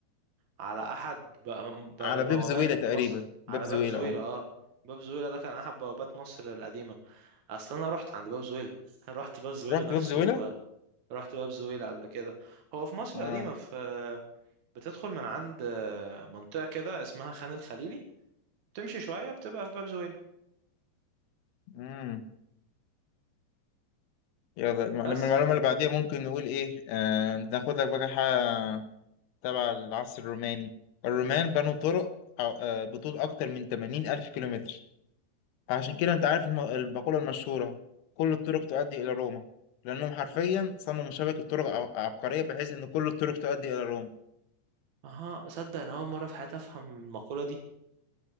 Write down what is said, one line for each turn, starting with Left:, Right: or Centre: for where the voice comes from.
Right: على احد ب-
Left: على
Right: ب-
Left: باب
Right: بوابات
Left: زويلة تقريبا
Right: مصر
Left: باب
Right: على
Left: زويلة
Right: باب زويلة
Left: اه
Right: اه باب زويلة ده كان احد بوابات مصر القديمة اصل انا رحت عند باب زويلة <laughs> رحت باب زويلة
Left: رحت
Right: نفسه
Left: باب زويلة
Right: و- رحت باب زويلة قبل كده هو في مصر
Left: اه
Right: القديمة في بتدخل من عند منطقة كده اسمها خان الخليلي تمشي شوية بتبقى في باب زويلة
Left: امم يلا الم-
Right: بس
Left: لما المعلومة
Right: يعني
Left: اللي بعديها ممكن نقول ايه آه ناخد لك بقى حاجة تبع العصر الروماني الرومان بنوا طرق أو- آه، بطول أكتر من 80 ألف كيلومتر عشان كده أنت عارف الم- المقولة المشهورة كل الطرق تؤدي إلى روما لأنهم حرفيا صمموا شبكة طرق ع- عبقرية بحيث إن كل الطرق تؤدي إلى روما
Right: اها صدق انا اول مرة في حياتي افهم المقولة دي